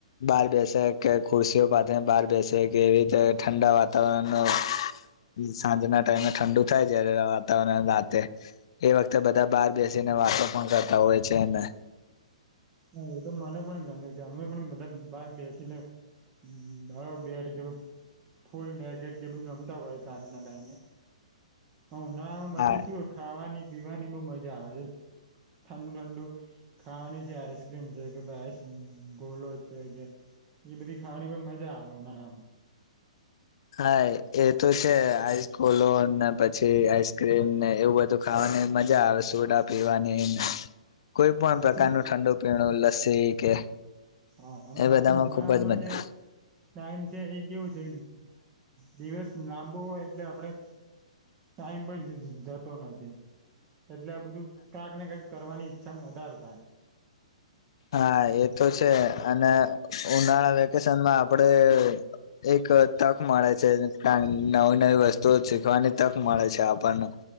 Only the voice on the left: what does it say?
બહાર બેસે કે ખુરશીઓ પાસે બહાર બેસે કે એવી રીતે ઠંડા વાતાવરણ સાંજના ટાઈમે ઠંડુ થાય જ્યારે રાતે એ વખતે બધા બહાર બેસીને વાતો પણ કરતા હોય છે ને
હા
હા એ તો છે આઈસ કોલો ને પછી આઈસક્રીમ ને એવું બધું ખાવાની મજા આવે સોડા પીવાની ને કોઈ પણ
પ્રકારનું ઠંડુ પીણું લસી કે
એ
બધામાં
ખુબ જ મજા
હા એ તો છે અને ઉનાળા વેકેશનમાં આપડે એક તક મળે છે નવી નવી વસ્તુઓ શીખવાની તક મળે છે આપણને